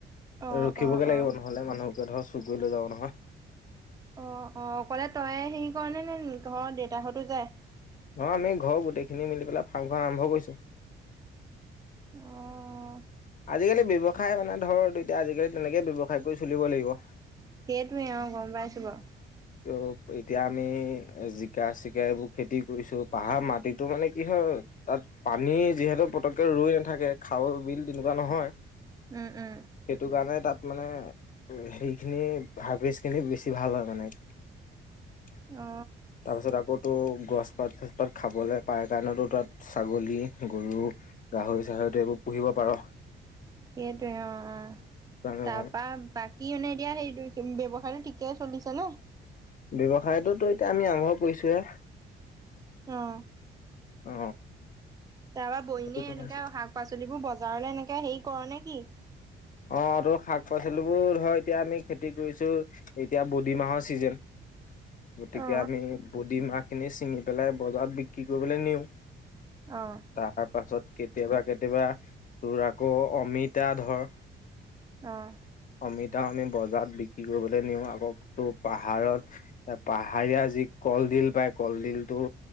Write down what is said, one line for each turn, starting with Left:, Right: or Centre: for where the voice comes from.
Right: অ'
Left: ৰখিবগে
Right: অ'
Left: লাগিব।
Right: অ'
Left: নহ'লে, মানুহকে ধৰ, চুৰ কৰি লৈ যাব নহয়।
Right: অ'অ'! অকলে তই সেৰি ক'ৰ নে, ঘৰৰ দেউতাহঁতো যায়?
Left: নহয়, আমি ঘৰ গোটেইখিনি মিলি পেলাই, ফাৰ্মখন আৰম্ভ কৰিছোঁ।
Right: অ'!
Left: আজিকালি ব্যৱসায় মানে ধৰ, এতিয়া আজিকালি, তেনেকে ব্যৱসায় কৰি চলিব লাগিব।
Right: সেইটোৱে, অ'! গম পাইছোঁ বাৰু।
Left: ত' এতিয়া আমি, জিকা-চিকা এইবোৰ খেতি কৰিছোঁ। পাহাৰৰ মাটিটো মানে, কি হয়! তাত, পানী যিহেতু পতককে ৰৈ নাথাকে। খাল-বিল তেনেকুৱা নহয়।
Right: উম, উম।
Left: সেইটোকাৰণে তাত মানে, সেইখিনি, হাবি <unintelligible> খিনি বেছি ভাল হয়, মানে। তাৰপিছত,
Right: অ
Left: আ আকৌ তোৰ, গছপাত-চছপাত খাবলে পায়, কাৰণেতো তাত, ছাগলী, গৰু গাহৰি-চাহৰিটো, এইবোৰ পুহিব পাৰ।
Right: সেইটোৱে, অ' অ'!
Left: সেইটো কাৰণে
Right: তাৰপা,
Left: ভাল
Right: বাকী মানে, এতিয়া সেই, ব্যৱসায়টো ঠিকেই চলিছে ন'?
Left: ব্যৱসায়টো ত' এতিয়া আমি, আৰম্ভ কৰিছোঁহে।
Right: অ'!
Left: অ
Right: তাৰপা, বৈনীয়ে
Left: সেইটো কথা
Right: এনেকা,
Left: আছে।
Right: শাক-পাচলিবোৰ বজাৰলৈ এনেকে, সেৰি কৰ নে কি?
Left: অ'! ত' শাক-পাচলিবোৰ ধৰ, এতিয়া আমি খেতি কৰিছোঁ। এতিয়া <unintelligible> মাহৰ ছিজন। গতিকে,
Right: অ
Left: আমি <unintelligible> মাহখিনি ছিঙি পেলাই, বজাৰত বিক্ৰী কৰিবলৈ নিওঁ।
Right: অ
Left: তাৰপাছত, কে কেতিয়াবা-কেতিয়াবা তোৰ আকৌ, অমিতা ধৰ।
Right: অ'!
Left: অমিতাও আমি বজাৰত বিক্ৰী কৰিবলৈ নিওঁ। আকৌ, তোৰ পাহাৰত, পাহাৰীয়া যি কলডিল পায়, কলডিলটো